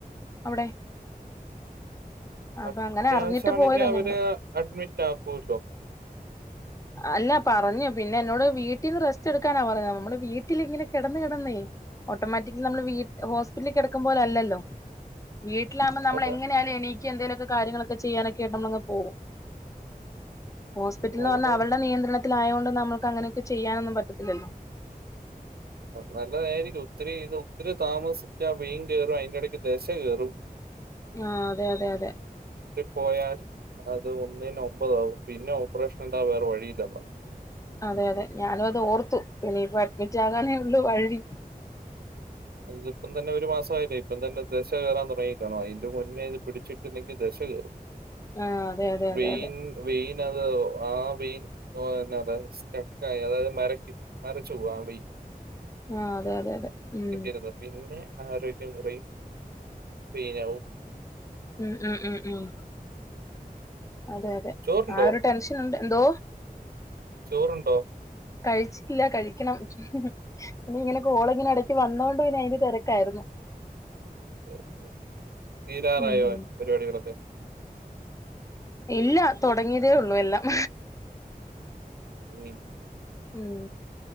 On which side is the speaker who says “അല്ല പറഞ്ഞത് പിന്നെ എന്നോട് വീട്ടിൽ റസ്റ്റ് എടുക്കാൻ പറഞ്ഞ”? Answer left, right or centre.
Left